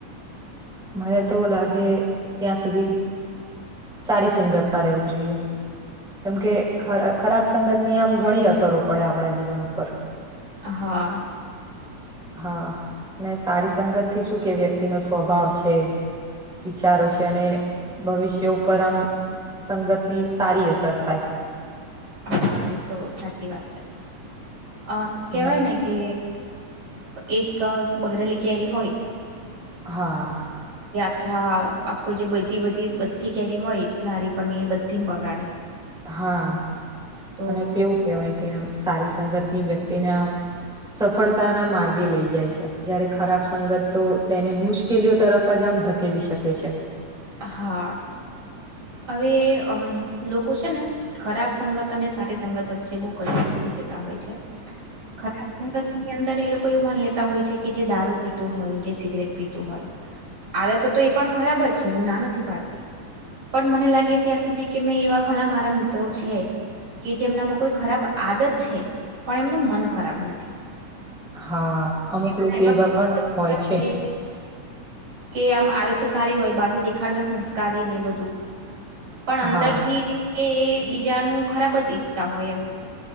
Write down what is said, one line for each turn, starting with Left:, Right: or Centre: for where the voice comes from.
Centre: મને તો લાગે ત્યાં સુધી સારી સંગત માં રહેવું જોઈએ કેમ કે ખરાબ સંગતની આમ ઘણી અસરો પડે આપણા જીવન ઉપર
Right: હા
Centre: હા ને સારી સંગત થી શું કે વ્યક્તિ નો સ્વભાવ છે વિચારો છે અને ભવિષ્ય ઉપર આમ સંગતની સારી અસર થાય
Right: હા એ તો સાચી વાત છે અ કેવાય
Centre: અને
Right: ને કે એક બગડેલી કેરી હોય
Centre: હા
Right: હાં આખા આખું જે બધી બધી બધી કેરી હોય નારી પ એ બધી ને બગાડે
Centre: હા
Right: તો
Centre: અને કેવું કેહેવાય કે આમ સારી સંગત ની વ્યક્તિને આમ સફળતાના માર્ગે લઈ જાય છે જયારે ખરાબ સંગત તો તેને મુશ્કેલીઓ તરફ જ ધકેલી શકે છે
Right: હા હવે અમ લોકો છે ને ખરાબ સંગત અને સારી સંગત વચ્ચે બહુ ક્યુઝ થઈ જ હોય છે ખરાબ સંગત ની અંદર એ લોકો એવું માન લેતા હોય છે કે જે દારૂ પીતું હોય જે સિગરેટ પીતું હોય આડ તો તો એ પણ ખરાબ જ છે હું ના નથી પાડતી પણ મને લાગે ત્યાં સુધી કે મેં એવા ઘણા મારા મિત્રો છે કે જે એમનામાં કોઈ ખરાબ આદત છે પણ એમનું મન ખરાબ નથી
Centre: હા અમુક
Right: ઘણા
Centre: લોકો એવા પણ
Right: મિત્રો જોયા
Centre: હોય છે
Right: કે કે આમ આદત તો સારી હોય બહાર થી દેખાડતા સંસ્કારી ને બધું પણ અંદર
Centre: હા
Right: થી એ બીજાનું ખરાબ જ ઈચ્છતા હોય એમ